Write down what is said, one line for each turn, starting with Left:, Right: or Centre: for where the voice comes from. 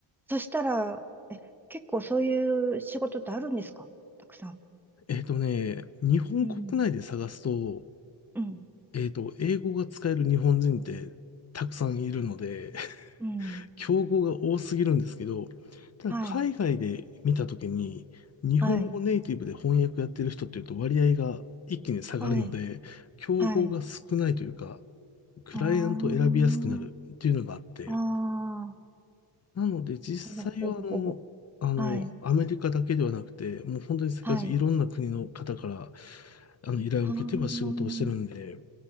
Centre: そしたら、え、結構そういう仕事ってあるんですかたくさん。
Left: えっとね、日本国内で探すと、
Centre: うん。うん。
Left: えっと、英語が使える日本人ってたくさんいるので、
Centre: うん。
Left: <laughs> 競合が多すぎるんですけど、ただ海外で見たときに、
Centre: はい。
Left: 日本語ネイティブで翻訳やってる人っていうと割合が一気に下がるので、
Centre: はい。はい。
Left: 競合が少ないというか、
Centre: はい。
Left: クライアントを選びやすくなるっていうのがあって、
Centre: ああ。ああ。
Left: なので実際はあの、
Centre: ほぼほぼほぼ。
Left: あの、
Centre: はい。
Left: アメリカだけではなくて、もう本当に世界中いろんな国の方から、
Centre: はい。
Left: あの、依頼を受けては仕事をしてるんで、
Centre: ああ。